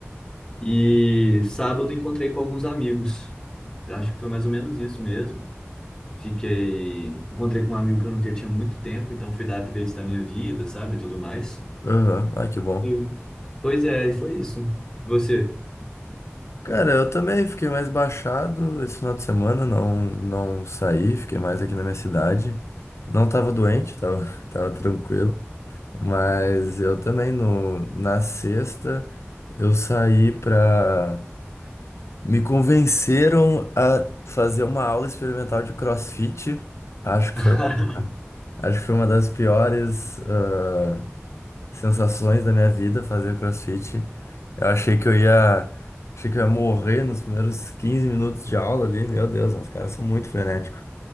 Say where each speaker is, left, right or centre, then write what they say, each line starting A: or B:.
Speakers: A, on the left; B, on the left.
A: E sábado encontrei com alguns amigos. Acho que foi mais ou menos isso mesmo. Fiquei, encontrei com um amigo que eu não via tinha muito tempo, então fui dar updates da minha vida, sabe, tudo mais.
B: Aham. Ai, que bom.
A: Sim. Pois é, e foi isso. Você?
B: Cara, eu também fiquei mais baixado esse final de semana. Não, não saí, fiquei mais aqui na minha cidade. Não tava doente, tava, <laughs> tava tranquilo. Mas eu também no, na sexta eu saí pra. Me convenceram a fazer uma aula experimental de CrossFit. Acho que
A: <laughs>
B: foi uma, acho que foi uma das piores ah, sensações da minha vida fazer CrossFit. Eu achei que eu ia, achei que eu ia morrer nos primeiros 15 minutos de aula ali. Meu Deus, os caras são muito frenéticos.